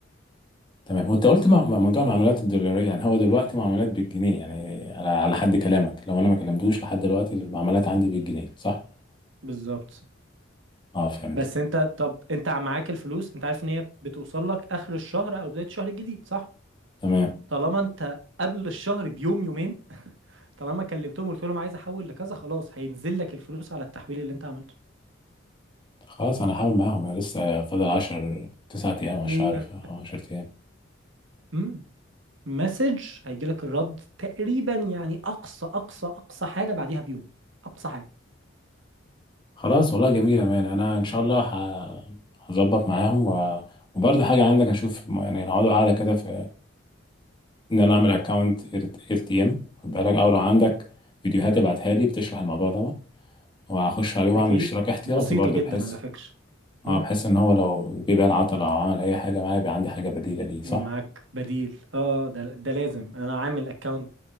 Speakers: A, on the left; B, on the right.
A: تمام وانت قلت مع- مع موضوع المعاملات الدولارية يعني هو دلوقتي معاملات بالجنيه يعني على على حد كلامك لو انا ما كلمتوش لحد دلوقتي المعاملات عندي بالجنيه صح؟
B: بالظبط
A: اه فهمت
B: بس انت طب انت معاك الفلوس انت عارف ان هي بتوصل لك اخر الشهر او بداية الشهر الجديد صح
A: تمام
B: طالما انت قبل الشهر بيوم يومين طالما كلمتهم قلت لهم عايز احول لكذا خلاص هينزل لك الفلوس على التحويل اللي انت عملته
A: خلاص انا هحاول معاهم يعني لسه فاضل 10 9 ايام على
B: هي
A: الشهر ف 10 ايام
B: امم مسج هيجي لك الرد تقريبا يعني اقصى اقصى اقصى حاجه بعديها بيوم اقصى حاجه
A: خلاص والله جميل يا مان انا ان شاء الله ه- هظبط معاهم و... وبرضه حاجه عندك اشوف م- يعني نقعدوا قاعده كده في ان انا اعمل اكونت ار تي ام خد بالك او لو عندك فيديوهات
B: مم.
A: ابعتها لي بتشرح الموضوع ده وهخش عليه واعمل
B: اكيد
A: اشتراك احتياطي
B: بسيطه
A: برضه
B: جدا
A: بحيث
B: على فكره مم.
A: اه بحيث ان هو لو البي بقى العطل او عمل اي حاجه معايا يبقى عندي حاجه بديله ليه صح
B: معاك بديل اه ده ده لازم انا عامل اكونت